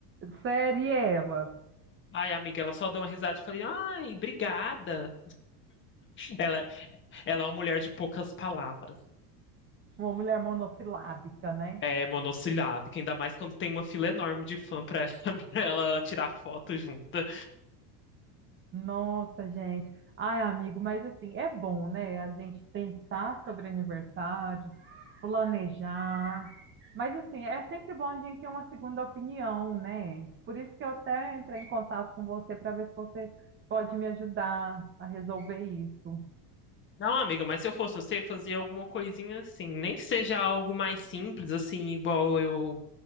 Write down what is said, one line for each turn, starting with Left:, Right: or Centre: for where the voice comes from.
Right: Sério, e ela?
Left: Ai, amiga, ela só deu uma risada e falei, ai, obrigada. Ela, ela é uma mulher de poucas palavras.
Right: Uma mulher monossilábica, né?
Left: É monossilábica, ainda mais quando tem uma fila enorme de fã pra ela, <laughs> pra ela tirar foto junta.
Right: Nossa, gente. Ai, amigo, mas assim, é bom, né? A gente pensar sobre aniversário, planejar. Mas assim, é sempre bom a gente ter uma segunda opinião, né? Por isso que eu até entrei em contato com você para ver se você pode me ajudar a resolver isso.
Left: Não, amiga, mas se eu fosse você, fazia alguma coisinha assim, nem que seja algo mais simples, assim, igual eu